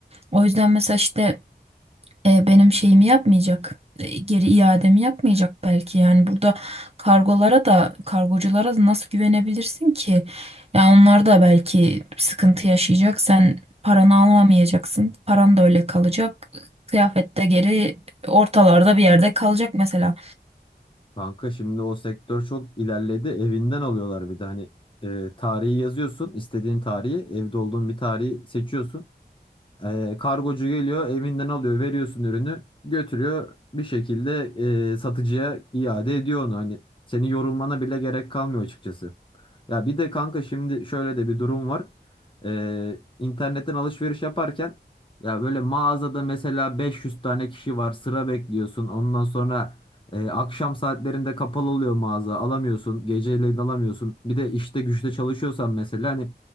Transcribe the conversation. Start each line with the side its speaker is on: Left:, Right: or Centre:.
Right: O yüzden mesela işte e, benim şeyimi yapmayacak. e, geri iademi yapmayacak belki. Yani burada kargolara da kargoculara da nasıl güvenebilirsin ki? Ya onlar da belki sıkıntı yaşayacak. Sen paranı alamayacaksın. Paran da öyle kalacak. Kıyafet de geri ortalarda bir yerde kalacak mesela.
Left: Kanka şimdi o sektör çok ilerledi. Evinden alıyorlar bir de hani e, tarihi yazıyorsun. istediğin tarihi, evde olduğun bir tarihi seçiyorsun. Ee, kargocu geliyor, evinden alıyor, veriyorsun ürünü, götürüyor bir şekilde e, satıcıya iade ediyor onu. Hani senin yorulmana bile gerek kalmıyor açıkçası. Ya bir de kanka şimdi şöyle de bir durum var. Ee, internetten alışveriş yaparken ya böyle mağazada mesela 500 tane kişi var, sıra bekliyorsun. Ondan sonra e, akşam saatlerinde kapalı oluyor mağaza, alamıyorsun, geceleyin alamıyorsun. Bir de işte güçte çalışıyorsan mesela hani